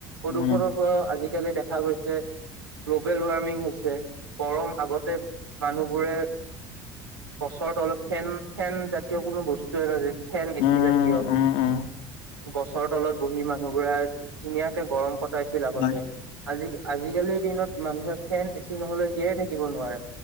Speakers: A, on the right; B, on the left.
A: প্ৰদূষণৰ
B: উম,
A: পৰা আজিকালি দেখা গৈছে। গ্ল'বেল ৱাৰ্মিং হৈ ছে। গৰম আগতে মানুহবোৰে গছৰতলত ফেন ফেন জাতীয় কোনো বস্তু এটা ফেন এচি
B: উম,
A: জাতীয়
B: উম, উম,
A: গছৰ তলত বহি মানুহ বোৰে ধুনীয়াকে গৰম কটাইছিল আগতে।
B: হয়,
A: আজি আজিকালিৰ দিনত মানুহে ফেন এচি নহ'লে জীয়াই থাকিব নোৱাৰে।